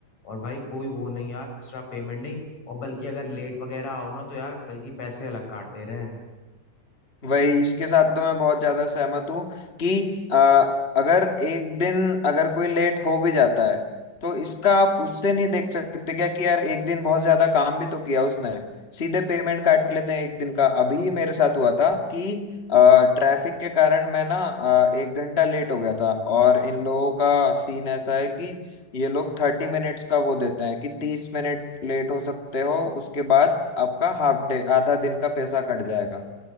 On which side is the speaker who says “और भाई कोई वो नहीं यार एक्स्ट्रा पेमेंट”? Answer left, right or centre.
Left